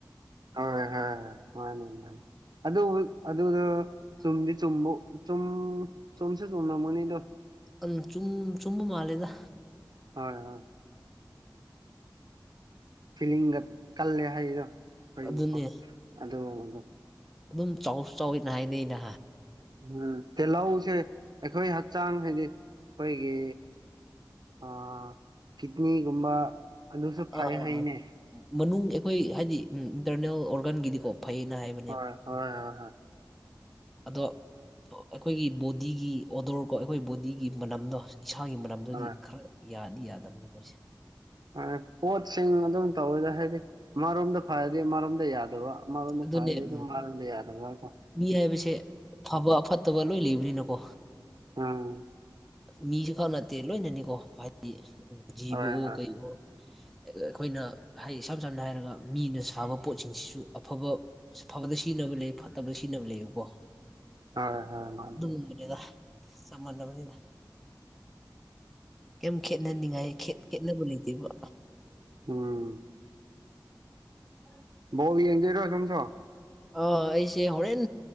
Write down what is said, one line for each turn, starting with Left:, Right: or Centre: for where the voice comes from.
Right: ꯍꯣꯏ ꯍꯣꯏ ꯃꯥꯅꯦ ꯃꯥꯅꯦ ꯑꯗꯨ ꯑꯗꯣ ꯆꯨꯝꯗꯤ ꯆꯨꯝꯕꯧ ꯆꯨꯝ ꯆꯨꯝꯁꯨ ꯆꯨꯝꯅꯝꯒꯅꯤꯗꯣ
Centre: ꯎꯝ ꯆꯨꯝ ꯆꯨꯝꯕ ꯃꯥꯜꯂꯦꯗ
Right: ꯍꯣꯏ ꯍꯣꯏ ꯐꯤꯂꯤꯡꯒ ꯀꯜꯂꯦ ꯍꯥꯏꯗꯣ ꯑꯩꯈꯣꯏꯒꯤꯀꯣ
Centre: ꯑꯗꯨꯅꯦ
Right: ꯑꯗꯨꯒꯨꯝꯕꯗꯣ
Centre: ꯑꯗꯨꯝ ꯆꯥꯎꯁꯨ ꯆꯥꯎꯋꯦꯅ ꯍꯥꯏꯅꯩꯅ
Right: ꯎꯝ ꯇꯤꯜꯍꯧꯁꯦ ꯑꯩꯈꯣꯏ ꯍꯛꯆꯥꯡ ꯍꯥꯏꯗꯤ ꯑꯩꯈꯣꯏꯒꯤ ꯑꯥ ꯀꯤꯠꯅꯤꯒꯨꯝꯕ ꯑꯗꯨꯁꯨ ꯐꯩ
Centre: ꯑꯥ ꯑꯥ
Right: ꯍꯥꯏꯅꯦ
Centre: ꯃꯅꯨꯡ ꯑꯩꯈꯣꯏ ꯍꯥꯏꯗꯤ ꯏꯟꯇꯔꯅꯦꯜ ꯑꯣꯔꯒꯥꯟꯒꯤꯗꯤꯀꯣ ꯐꯩꯅ ꯍꯥꯏꯕ
Right: ꯍꯣꯏ ꯍꯣꯏ ꯍꯣꯏ ꯍꯣꯏ
Centre: ꯑꯗꯣ ꯑꯩꯈꯣꯏꯒꯤ ꯕꯣꯗꯤꯒꯤ ꯑꯣꯗꯣꯔ ꯀꯣ ꯑꯩꯈꯣꯏ ꯕꯣꯗꯤꯒꯤ ꯃꯅꯝꯗꯣ ꯏꯁꯥꯒꯤ ꯃꯔꯝꯗꯗꯤ
Right: ꯍꯣꯏ
Centre: ꯈꯔ ꯌꯥꯗꯤ ꯌꯥꯗꯕꯅꯤ ꯃꯣꯏꯁꯦ
Right: ꯍꯣꯏ ꯄꯣꯠꯁꯤꯡ ꯑꯗꯨꯝ ꯇꯧꯋꯦꯗ ꯍꯥꯏꯗꯤ ꯑꯃꯔꯣꯝꯗ ꯐꯔꯗꯤ ꯑꯃꯔꯣꯝꯗ ꯌꯥꯗꯕ ꯑꯃꯔꯣꯝꯗ
Centre: ꯑꯗꯨꯅꯦ
Right: ꯐꯔꯥꯗꯤ
Centre: ꯎꯝ,
Right: ꯃꯔꯣꯝꯅ ꯌꯥꯗ ꯍꯥꯏꯕꯔ
Centre: ꯃꯤ ꯍꯥꯏꯕꯁꯦ ꯐꯕ ꯑ ꯐꯠꯇꯕ ꯂꯣꯏ ꯂꯩꯕꯅꯤꯅꯀꯣ
Right: ꯎꯝ
Centre: ꯃꯤꯁꯨ ꯈꯛ ꯅꯠꯇꯦ ꯂꯣꯏꯅꯅꯤꯀꯣ ꯍꯥꯏꯗꯤ ꯖꯤꯕ
Right: ꯍꯣꯏ
Centre: ꯑꯣ
Right: ꯍꯣꯏ
Centre: ꯀꯩ ꯑꯣ ꯑꯩꯈꯣꯏꯅ ꯍꯥꯏ ꯏꯁꯝ ꯁꯝꯅ ꯍꯥꯏꯔꯒ ꯃꯤꯅ ꯁꯥꯕ ꯄꯣꯠꯁꯤꯡꯁꯤꯁꯨ ꯑꯐꯕ ꯐꯕꯗ ꯁꯤꯖꯤꯟꯅꯕ ꯂꯩ ꯐꯠꯇꯕꯗ ꯁꯤꯖꯤꯟꯅꯕ ꯂꯩꯕꯀꯣ
Right: ꯍꯣꯏ ꯍꯣꯏ ꯃꯥꯅꯦ
Centre: ꯑꯗꯨꯒꯨꯝꯕꯅꯤꯗ ꯁꯃꯅ ꯑꯣꯏꯕ <inaudible> ꯀꯩꯝ ꯈꯦꯠꯅꯅꯤꯡꯉꯥꯏ ꯈꯦꯠꯅꯕ ꯂꯩꯇꯦꯕ
Right: ꯎꯝ
Centre: ꯎꯝ <unintelligible>
Right: ꯕꯣꯜ ꯌꯦꯡꯗꯣꯏꯔꯥ ꯁꯣꯝꯁꯣ
Centre: ꯑ ꯑꯩꯁꯦ ꯍꯣꯔꯦꯟ